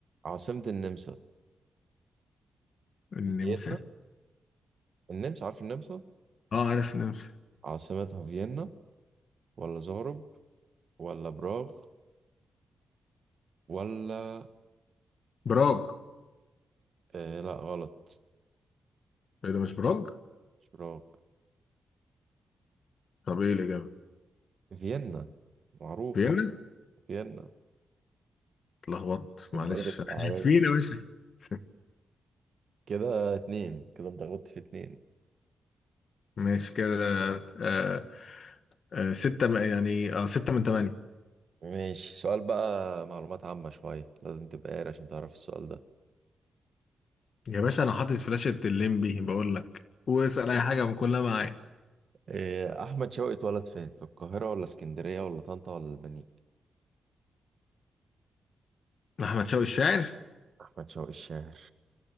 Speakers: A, on the right; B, on the left.
A: عاصمة النمسا
B: النمسا
A: فيينا النمسا عارف النمسا
B: اه عارف النمسا
A: عاصمتها فيينا ولا زغرب ولا براغ ولا
B: براج
A: آه لا غلط
B: ايه ده مش براج
A: مش براغ
B: طب ايه الإجابة
A: فيينا معروفة
B: فيينا
A: فيينا
B: اتلخبطت
A: البلد
B: معلش
A: الشعبية
B: احنا اسفين يا باشا س-
A: كده اتنين كده انت غلطت في اتنين
B: ماشي كده آه آه ستة م- يعني اه ستة من تمانية
A: ماشي سؤال بقى معلومات عامة شوية لازم تبقى قاري عشان تعرف السؤال ده
B: يا باشا أنا حاطط فلاشة الليمبي بقول لك واسأل أي حاجة من كلها معايا
A: آه، أحمد شوقي اتولد فين؟ في القاهرة ولا اسكندرية ولا طنطا ولا المنيا؟
B: أحمد شوقي الشاعر
A: أحمد شوقي الشاعر